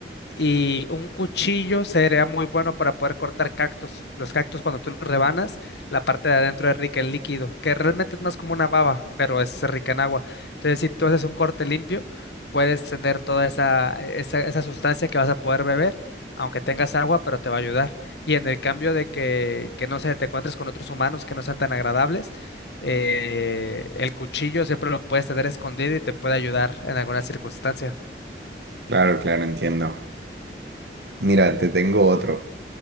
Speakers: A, on the left; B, on the right.
A: Y un cuchillo sería muy bueno para poder cortar cactus. Los cactus, cuando tú los rebanas, la parte de adentro es rica en líquido, que realmente es más como una baba, pero es rica en agua. Entonces, si tú haces un corte limpio, puedes tener toda esa, esa, esa sustancia que vas a poder beber, aunque tengas agua, pero te va a ayudar. Y en el cambio de que, que no sé, te encuentres con otros humanos que no sean tan agradables, eh, el cuchillo siempre lo puedes tener escondido y te puede ayudar en alguna circunstancia.
B: claro, claro, entiendo. Mira, te tengo otro.